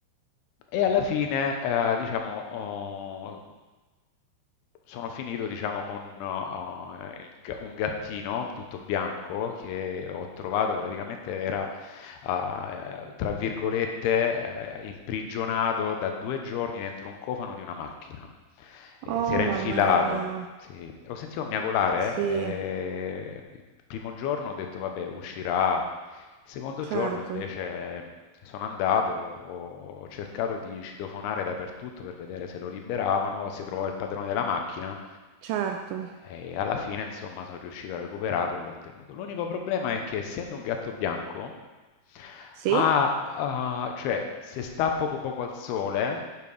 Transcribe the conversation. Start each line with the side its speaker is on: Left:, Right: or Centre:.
Left: e alla fine eh, diciamo ho- sono finito, diciamo, con uh, il ga- un gattino tutto bianco che ho trovato praticamente era, uh, tra virgolette, eh, imprigionato da due giorni dentro un cofano di una macchina. Eh,
Right: Oh,
Left: si era
Right: mamma
Left: infilato
Right: mia.
Left: sì, lo sentivo miagolare.
Right: Sì,
Left: eh, il primo giorno ho detto, vabbè, uscirà. Il secondo
Right: certo,
Left: giorno invece sono andato, ho ho cercato di citofonare dappertutto per vedere se lo liberavano, se trovavo il padrone della macchina.
Right: certo.
Left: E alla fine, insomma, sono riuscito a recuperarlo e l'ho ottenuto. L'unico problema è che, essendo un gatto bianco,
Right: Sì?
Left: ha, ah, cioè, se sta poco poco al sole